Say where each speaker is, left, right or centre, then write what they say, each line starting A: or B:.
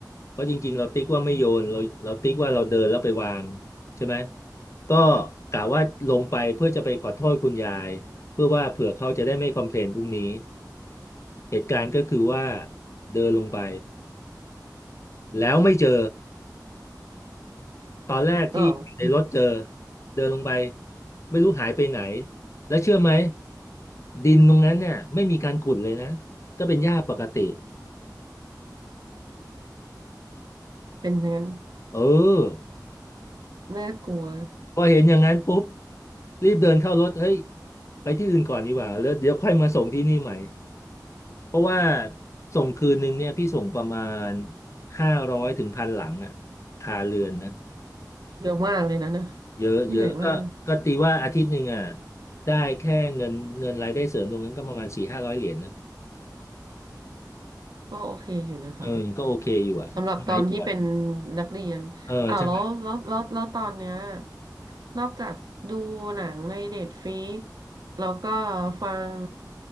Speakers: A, on the left; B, on the right.
A: เพราะจริงๆเราติ๊กว่าไม่โยนเราเราติ๊กว่าเราเดินแล้วไปวางใช่ไหมก็กะว่าลงไปเพื่อจะไปขอโทษคุณยายเพื่อว่าเผื่อเขาจะได้ไม่คอมเพลนพรุ่งนี้เหตุการณ์ก็คือว่าเดินลงไปแล้วไม่เจอ ตอนแรกที่อยู่ในรถเจอ
B: อ๋ออืม
A: เดินลงไปไม่รู้หายไปไหนแล้วเชื่อไหมดินตรงนั้นเนี่ยไม่มีการขุดเลยนะก็เป็นหญ้าปกติ
B: เป็นอย่างนั้น
A: เออ
B: น่ากลัว
A: พอเห็นอย่างนั้นปุ๊บรีบเดินเข้ารถเฮ้ยไปที่อื่นก่อนดีกว่าแล้วเดี๋ยวค่อยมาส่งที่นี่ใหม่เพราะว่าส่งคืนหนึ่งเนี่ยพี่ส่งประมาณห้าร้อยถึงพันหลังอ่ะคาเรือนนะ
B: เยอะมากเลยนะนะ
A: เยอะเยอะก็ก็ตีว่าอาทิตย์หนึ่งอ่ะ
B: เหนื่อยมาก
A: ได้แค่เงินเงินรายได้เสริมตรงนั้นก็ประมาณสี่ห้าร้อยเหรียญนะ
B: ก็โอเคอยู่นะคะ
A: เออก็โอเคอยู่อ่ะสมัยก่อน
B: สำหรับตอนที่เป็นนักเรียนอ้าวแล้วแล้วแล้วแล้วตอนเนี้ย
A: เออใช่
B: นอกจากดูหนังในเน็ตฟ i ิกแล้วก็ฟัง